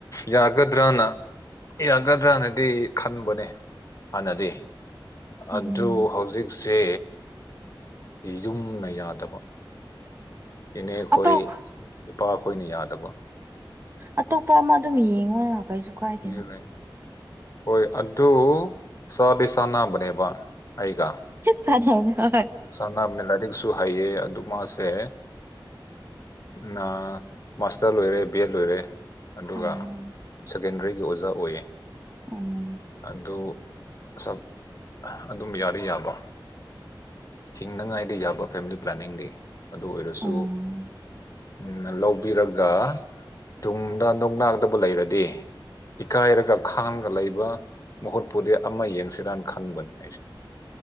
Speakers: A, on the left; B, on the right.
A: ꯌꯥꯒꯗ꯭ꯔꯅ ꯌꯥꯒꯗ꯭ꯔꯅꯗꯤ ꯈꯟꯕꯅꯦ ꯍꯥꯟꯅꯗꯤ
B: ꯎꯝ
A: ꯑꯗꯨ ꯍꯧꯖꯤꯛ ꯁꯦ ꯌꯨꯝꯅ ꯌꯥꯗꯕ ꯏꯅꯦ ꯈꯣꯏ
B: ꯑꯇꯣꯞ
A: ꯏꯄꯥꯈꯣꯏꯅ ꯌꯥꯗꯕ
B: ꯑꯇꯣꯞꯄ ꯑꯃ ꯑꯗꯨꯝ ꯌꯦꯡꯉꯣ ꯀꯩꯁꯨ ꯀꯥꯏꯗꯦꯅ
A: ꯄꯤꯌꯨꯅꯦ ꯍꯣꯏ ꯑꯗꯨ ꯆꯥꯗꯤ ꯆꯥꯅꯕꯅꯦꯕ ꯑꯩꯒ
B: ꯆꯥꯟꯅꯩꯅ ꯍꯣꯏ
A: ꯁꯅꯥꯕꯅꯦ ꯂꯥꯏꯔꯤꯛꯁꯨ ꯍꯩꯌꯦ ꯑꯗꯨ ꯃꯥꯁꯦ ꯅ ꯃꯥꯁꯇꯔ ꯂꯣꯏꯔꯦ ꯕꯦꯠ ꯂꯣꯏꯔꯦ ꯑꯗꯨꯒ
B: ꯎꯝ
A: ꯁꯦꯀꯦꯟꯗ꯭ꯔꯤꯒꯤ ꯑꯣꯖꯥ ꯑꯣꯏꯌꯦ
B: ꯎꯝ
A: ꯑꯗꯨ ꯁꯞ ꯑꯗꯨꯝ ꯌꯥꯗꯤ ꯌꯥꯕ ꯊꯤꯡꯅꯉꯥꯏꯗꯤ ꯌꯥꯕ ꯐꯦꯃ꯭ꯂꯤ ꯄ꯭ꯂꯥꯅꯤꯡꯗꯤ ꯑꯗꯨ ꯑꯣꯏꯔꯁꯨ
B: ꯎꯝ
A: ꯎꯝ ꯂꯧꯕꯤꯔꯒ ꯇꯨꯡꯗ ꯅꯣꯛꯅꯥꯒꯗꯕ ꯂꯩꯔꯗꯤ ꯏꯀꯥꯏꯔꯒꯞ ꯈꯥꯡꯒ ꯂꯩꯕ ꯃꯍꯨꯠꯄꯨꯗꯤ ꯑꯃ ꯌꯦꯡꯁꯤꯔꯅ ꯈꯟꯕꯅꯤ ꯑꯩꯁꯦ